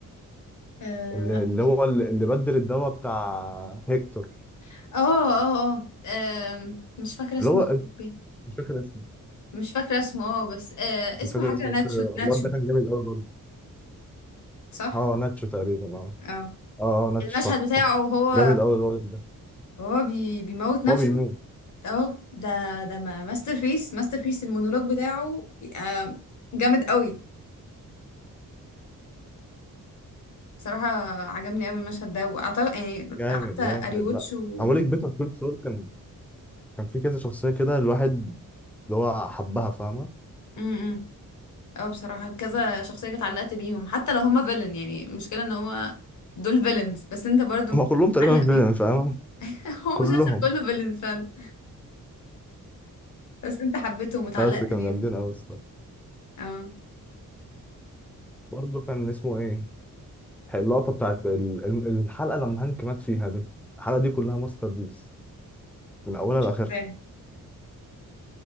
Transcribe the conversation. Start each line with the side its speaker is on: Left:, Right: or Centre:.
Left: آه
Centre: اللي,
Left: لا
Centre: اللي هو اللي اللي بدل الدواء بتاع هيكتور
Left: <laughs> اه اه اه آم، مش فاكره اسمه
Centre: اللي هو إيه؟
Left: يا ربي.
Centre: مش فاكر اسمه
Left: مش فاكره اسمه اه بس آه اسمه
Centre: مش فاكر
Left: حاجه
Centre: اسمه
Left: ناتشو
Centre: بس الواد
Left: ناتشو
Centre: ده كان جامد قوي برضه
Left: صح
Centre: اه ناتشو تقريبا اه
Left: اه
Centre: اه اه ناتش
Left: المشهد
Centre: صح
Left: بتاعه
Centre: صح
Left: وهو
Centre: جامد قوي الولد ده
Left: وهو بي بيموت نفسه
Centre: هو بيموت
Left: اه ده ده ما ماستر بيس ماستر بيس المونولوج بتاعه آم، جامد قوي صراحة عجبني قوي المشهد ده واعتقد يعني
Centre: جامد
Left: قعدت
Centre: جامد
Left: اريوتش
Centre: لا
Left: و
Centre: عمال يكبت كل سول كان كان في كذا شخصيه كده الواحد اللي هو حبها فاهمه
Left: امم إمم. اه بصراحة كذا شخصية كانت علقت بيهم حتى لو هما فيلن يعني المشكلة ان هو دول فيلنز بس انت برضو
Centre: هما كلهم تقريبا
Left: علق
Centre: فيلن
Left: بيهم
Centre: فاهمه
Left: <laughs> هو
Centre: كلهم
Left: مسلسل كله فيلنز فعلا بس انت حبيتهم واتعلقت
Centre: لا، بس كانوا
Left: بيهم
Centre: جامدين قوي الصراحه
Left: اه
Centre: برضه كان اسمه ايه اللقطه بتاعت ال- ال- الحلقه لما هانك مات فيها دي الحلقه دي كلها ماستر بيس من اولها
Left: مش
Centre: لاخرها
Left: فاكراه